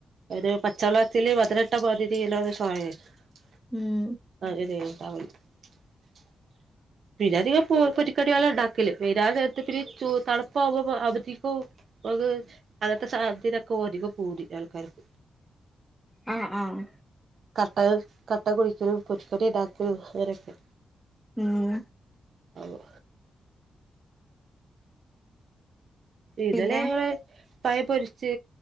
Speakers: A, on the right (about 60°); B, in the centre.
A: ഒരു പച്ചവള്ളത്തിൽ മതിരിട്ട പോലെ <unintelligible> <unintelligible>
B: ഉം
A: പിന്നധികം- പൊരിക്കടികള ഉണ്ടാക്കല് വെനാല നേരത്ത് പിന്നെ തണുപ്പ ആവ്പ അവധിക്കോ അത് അങ്ങനത്തെ സാധതതൊക്കെ ഓധിക പോതി ആൾക്കാർക്ക്
B: ആഹ് ആഹ്
A: കട്ടകൾ കട്ട കുടിക്കും പൊരിക്കൊടി ഇടാക്കും അരൊക്കെ
B: ഉം
A: ആവോ ഇതലേ
B: പിന്നെ
A: പയം പൊരിച്ച്